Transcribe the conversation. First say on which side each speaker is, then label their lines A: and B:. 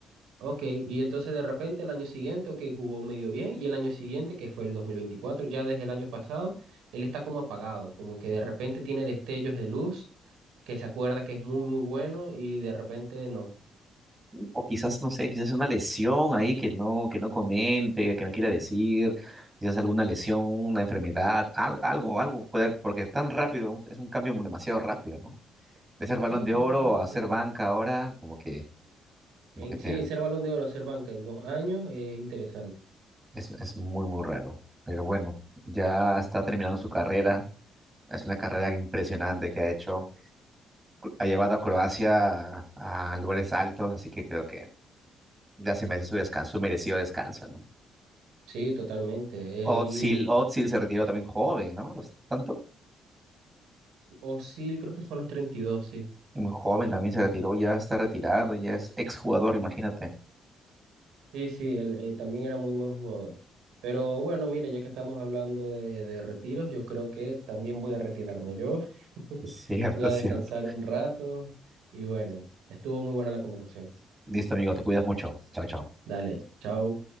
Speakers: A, on the right; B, on the right.
A: Ok, y entonces de repente el año siguiente, ok, jugó medio bien y el año siguiente, que fue el 2024 ya desde el año pasado, él está como apagado, como que de repente tiene destellos de luz que se acuerda que es muy muy bueno y de repente no
B: O quizás, no sé, quizás una lesión ahí que no, que no comente, que no quiera decir, quizás alguna lesión, una enfermedad, al- algo, algo puede haber, porque es tan rápido, es un cambio demasiado rápido, ¿no? De ser balón
A: Sí,
B: de
A: también
B: oro
A: puede
B: a
A: ser.
B: ser banca ahora, como que, como
A: En,
B: que te,
A: sí, ser Balón de Oro, ser banca en dos años es interesante.
B: es, es muy, muy raro. Pero bueno, ya está terminando su carrera. Es una carrera impresionante que ha hecho. ha llevado a Croacia a, a lugares altos, así que creo que ya se merece su descanso, su merecido descanso, ¿no?
A: Sí, totalmente.
B: Özil,
A: Él,
B: Özil se retiró también joven, ¿no? Los- tanto?
A: o sí, creo que fue a los 32 sí.
B: Muy joven
A: Ujú.
B: también se retiró, ya está retirado, ya es exjugador, imagínate.
A: Sí, sí, él, eh, también era muy buen jugador. Pero bueno, mire, ya que estamos hablando de, de retiros, yo creo que también voy a retirarme yo.
B: <laughs>
A: <laughs>
B: Cierto,
A: Voy a
B: cierto.
A: descansar un rato y bueno, estuvo muy buena la conversación.
B: Listo, amigo, te cuidas mucho. Chao, chao.
A: Dale, chao.